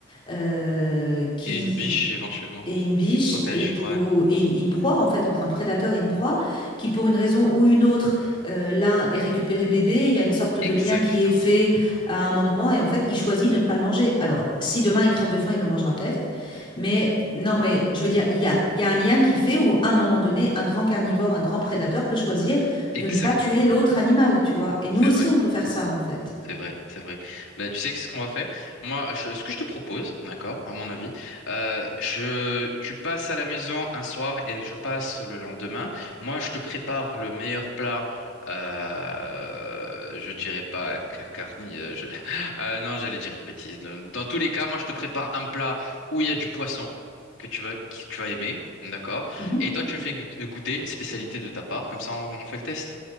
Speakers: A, on the left; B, on the left.
A: euh, qui
B: Et une biche éventuellement.
A: est une biche
B: Protège,
A: et,
B: ouais.
A: ou- et une, une proie, en fait, entre un prédateur et une proie, qui pour une raison ou une autre, euh, l'un est récupéré bébé, il y a une sorte
B: Exactement.
A: de lien qui est fait à un moment et en fait, il choisit de ne pas le manger. Alors, si demain il crève de faim, il le mangera peut-être, mais non, mais je veux dire, il y a, il y a un lien qui fait où à un moment donné, un grand carnivore, un grand prédateur peut choisir
B: Exactement.
A: de ne pas tuer l'autre animal, tu vois. Et
B: C'est
A: nous aussi,
B: vrai.
A: on peut faire ça, en fait.
B: C'est vrai, c'est vrai. Bah, tu sais ce qu'on va faire? Moi, je- ce que je te propose, d'accord, à mon avis, euh, je, tu passes à la maison un soir et je passe le lendemain. Moi, je te prépare le meilleur plat. Euh, je dirais pas ca- carni. euh, je- <laughs> euh, non, j'allais dire une bêtise. Dans, dans tous les cas, moi, je te prépare un plat où il y a du poisson que tu vas, que tu vas aimer, d'accord?
A: Mhm.
B: Et toi, tu me fais gut- goûter une spécialité de ta part. Comme ça, on, on fait le test.